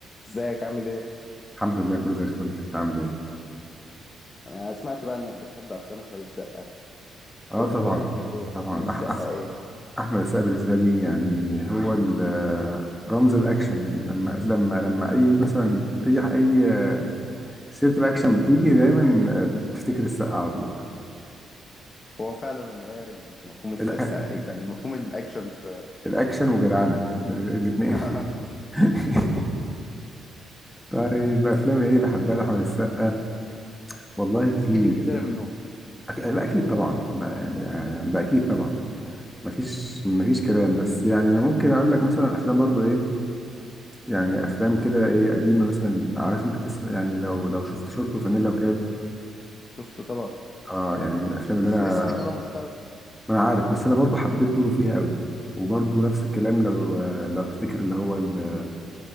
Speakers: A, on the left; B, in the centre.
A: ازيك عامل ايه؟
B: الحمد لله كله زي الفل انت عامل ايه
A: انا سمعت بقى انك بتحب افلام احمد السقا
B: اه
A: قول
B: طبعا
A: لي بقى بتحب
B: طبعا
A: للسقا
B: أح أح
A: ايه؟
B: احمد السقا بالنسبه لي يعني هو ال- رمز الاكشن لما لما لما اي مثلا اي اي سيره الاكشن بتيجي دايما بتفتكر السقا على طول
A: هو فعلا اللي غير مفهوم السقا
B: الأ-
A: إيه؟
B: الأ-
A: يعني مفهوم الاكشن في
B: الاكشن وجدعنه الاثنين
A: <laughs>
B: <laughs> طيب افلام ايه بحبها لاحمد السقا والله كتير
A: اكيد الجزيرة منهم
B: أك... لا اكيد طبعا ما يعني آه، ده اكيد طبعا مفيش مفيش كلام بس يعني انا ممكن اقول لك مثلا افلام برضو ايه يعني افلام كده ايه قديمه مثلا عارف انت تسمع يعني لو لو شفت شورت وفانيلا وكاب
A: شفته طبعا
B: اه يعني من الافلام اللي
A: بس
B: انا
A: ده كان بطولة مشتركة
B: ما انا عارف بس انا برضو حبيت دوره فيها قوي وبرضو نفس الكلام لو لو تفتكر اللي هو ال-